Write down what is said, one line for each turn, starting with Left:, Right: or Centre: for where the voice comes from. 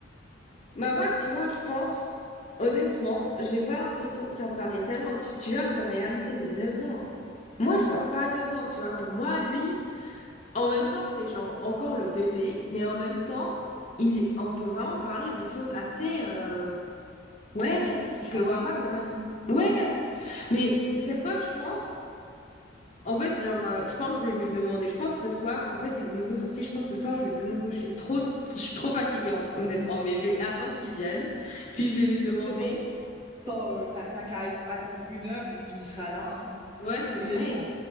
Left: Bah moi, tu vois, je pense, honnêtement, j'ai pas l'impression, ça paraît tellement, tu, tu vas me faire réaliser mes 9 ans. Moi, je vois pas 9 ans, tu vois. Pour moi, lui, en même temps, c'est genre encore le bébé, mais en même temps, il est, on peut vraiment parler de choses assez... euh, ouais, je
Right: Bien
Left: le vois
Right: sûr.
Left: pas quand même. Ouais, ouais. mais tu sais quoi, je pense? En fait, genre, euh, je pense que je vais lui demander. Je pense ce soir, en fait, il est de nouveau sorti. Je pense ce soir, je vais de nouveau. Je suis trop, je suis trop fatiguée, en- honnêtement, mais je vais attendre qu'il vienne. Puis je vais lui demander.
Right: Bah, c'est bon, T'as euh, t'as- t'as qu'à être- attendre une heure et puis il sera là. hein.
Left: Ouais, c'est
Right: Il
Left: vrai.
Right: est déjà